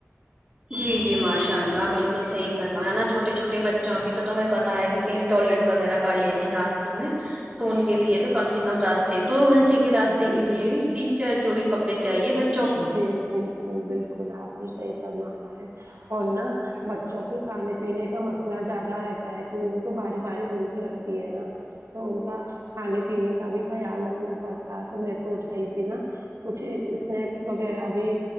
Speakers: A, on the right (about 20°); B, on the right (about 90°).
A: جی جی ماشاء اللہ بالکل صحیح فرمایا نا چوٹے چھوٹے بچوں کے تو تم پ تا ہے کہیں ٹوائلٹ وغیرہ کر لیتے ہیں راستے میں تو ان کے لیے تو کم سے کم راستے دو گھنٹے کے راستے
B: جی
A: کے لیے بھی تین چار جوڑی کپڑے چاہیے بچے
B: جی بالکل بالکل آپ نے سحی فرمایا ہے اور نہ بچوں کے کھانے پینے کا مسئلہ زیادہ رہتا ہے کیکہ ان کو باری باری بھوک لگتی ہے نا تو ان کا کھانے پے پینے کا بھی خیال رکھنا پڑتا ہے تو میں سوچ رہی تھی نا کچھ اسنیکس وغیرہ بھی